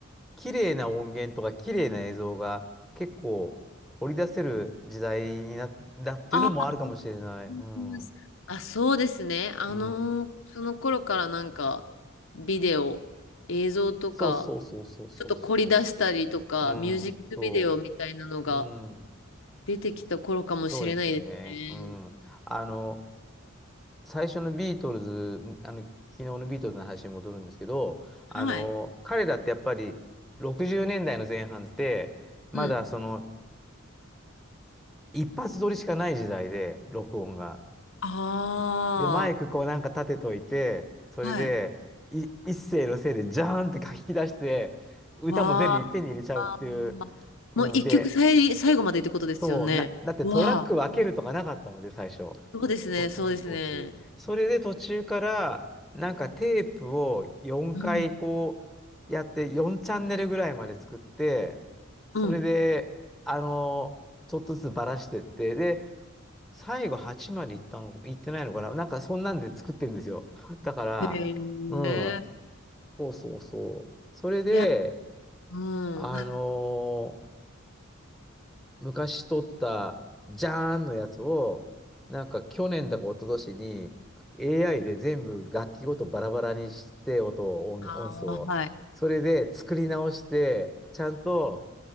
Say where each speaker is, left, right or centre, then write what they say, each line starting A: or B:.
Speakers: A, in the centre; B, on the left.
A: 綺麗な音源とか綺麗な映像が結構掘り出せる時代になったっていうのもあるかもしれない。
B: あうん
A: うん。う
B: あ、そうですね。あのーその頃からなんか、
A: ん。
B: ビデオ、映像とか、
A: そうそうそうそうそうそ
B: ちょっと凝り出したりとか、
A: う。うん。
B: ミュージックビデオみたいなのが
A: そう。うん。
B: 出てきた頃かもしれないです
A: そうですよね。うん。
B: ね。
A: あの、最初のビートルズ、あの、昨日のビートルズの話に戻るんですけど、あの、
B: はい。
A: 彼らってやっぱり60年代の前半って、まだその
B: うん。
A: 一発撮りしかない時代で、録音が。
B: あ
A: で、マイクこうなんか立てといて、それで、
B: あ、はい。
A: い、一声のせいでジャーンって書き出して、歌も全部いっぺんに入れちゃうっていう。
B: わあ。
A: うん、
B: もう一曲さい、
A: で、
B: 最後までってことですよね。
A: そう、な、だってトラック分けるとかなかったので、
B: わあ。うん
A: 最初。
B: そうですね、
A: 録音装置。
B: そうですね。
A: それで途中から、なんかテープを4回こうやって、
B: うん。
A: 4チャンネルぐらいまで作って、それで、
B: うん。
A: あの、ちょっとずつばらしてって、で、最後8まで行ったの、行ってないのかななんかそんなんで作ってるんですよ。<laughs> だから、
B: へ
A: うん、
B: え。
A: そうそうそう。それで、
B: いや、うん。
A: あの
B: <laughs> あ
A: 昔撮った、じゃーんのやつを、なんか去年だか一昨年に AI で全部楽器ごとバラバラにして、音を、音、
B: あ、
A: 音素を。
B: はい。
A: それで作り直して、ちゃんと